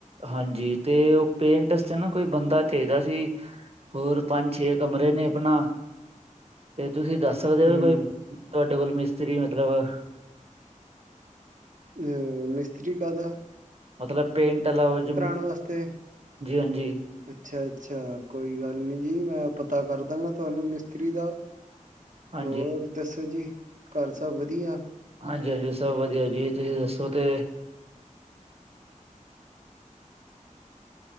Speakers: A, on the right (about 50°); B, on the right (about 70°).
A: ਹਾਂਜੀ, ਤੇ ਓ ਪੇਂਟ ਅਸ ਤੇ ਨਾ ਕੋਈ ਬੰਦਾ ਚਾਈਦਾ ਸੀ ਹੋਰ ਪੰਜ-ਛੇ ਕਮਰੇ ਨੇ ਅਪਣਾ, ਤੇ ਤੁਸੀਂ ਦੱਸ ਸਕਦੇ
B: ਹੂੰ
A: ਹੋ ਕੋਈ, ਤੋਆਡੇ ਕੋਲ ਮਿਸਤਰੀ ਮਤਲਬ
B: <unintelligible> ਮਿਸਤਰੀ ਕਾਦਾ
A: ਮਤਲਬ ਪੇਂਟ ਆਲਾ ਹੋਜੁਮ
B: ਨਮਸਤੇ
A: ਅਜੀ
B: ਅੱਛਾ-ਅੱਛਾ ਕੋਈ ਗੱਲ ਨੀ ਜੀ ਮੈਂ ਪਤਾ ਕੱਰ ਦਾਂਗਾ ਤਵਾਨੂੰ ਮਿਸਤਰੀ ਦਾ
A: ਹਾਂਜੀ
B: ਓਰ
A: ਹਾਂਜੀ
B: ਦੱਸੋ ਜੀ ਘੱਰ ਸਭ ਵਧੀਆ
A: ਹਾਂਜੀ-ਹਾਂਜੀ ਸਭ ਵਧੀਆ ਜੀ ਤੁਸੀਂ ਦੱਸੋ ਕੇ